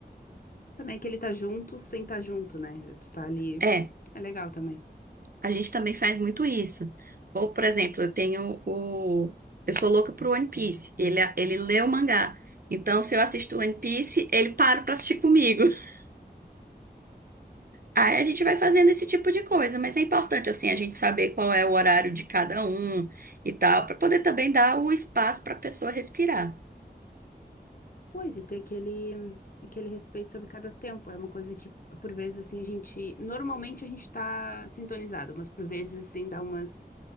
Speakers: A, on the left; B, on the right.
A: Também é que ele tá junto sem estar junto, né? Tu tá ali.
B: é
A: É legal também.
B: A gente também faz muito isso. Ou, por exemplo, eu tenho o. Eu sou louca pro One Piece. Ele, ele lê o mangá. Então, se eu assisto One Piece, ele para pra assistir comigo. <laughs> Aí a gente vai fazendo esse tipo de coisa, mas é importante, assim, a gente saber qual é o horário de cada um e tal, pra poder também dar o espaço pra pessoa respirar.
A: Pois, e ter aquele, aquele respeito sobre cada tempo. É uma coisa que, por vezes, assim, a gente. Normalmente a gente tá sintonizado, mas por vezes, assim, dá umas,